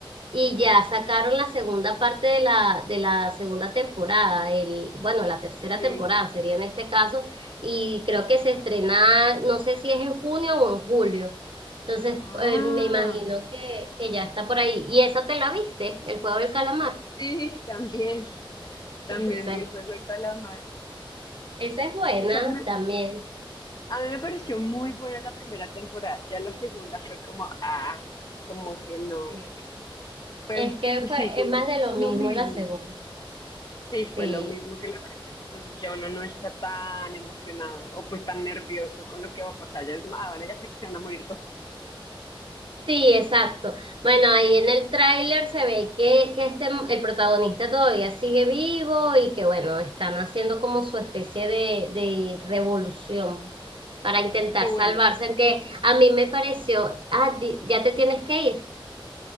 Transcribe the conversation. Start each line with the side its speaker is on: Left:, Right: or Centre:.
Right: Y ya sacaron la segunda parte de la, de la segunda temporada, el, bueno, la tercera
Left: Sí.
Right: temporada sería en este caso, y creo que se estrena, no sé si es en junio o en julio. Entonces,
Left: Ah,
Right: eh, me imagino que, que ya está por ahí. ¿Y esa te la viste? El juego del calamar.
Left: sí, también, también
Right: <laughs> Esa,
Left: vi el juego de calamar.
Right: esa es buena
Left: Esa me-
Right: también.
Left: a mí me pareció muy buena la primera temporada, ya la segunda fue como, ah, como que no.
Right: Sí.
Left: Fue,
Right: Es
Left: un-
Right: que fue,
Left: sí,
Right: es
Left: como
Right: más de lo
Left: lo
Right: mismo
Left: mismo.
Right: la segunda.
Left: Sí, fue
Right: Sí.
Left: lo mismo que la primera, entonces ya uno no está tan emocionado o pues tan nervioso con lo que va a pasar, ya es como, ah, bueno, ya sé que se van a morir todos.
Right: Sí, exacto. Bueno, ahí en el tráiler se ve que, que este, el protagonista todavía sigue vivo y que bueno, están haciendo como su especie de, de revolución para intentar
Left: Qué bueno,
Right: salvarse, que
Left: sí, sí,
Right: a mí me pareció, ah, di- ya te tienes que ir.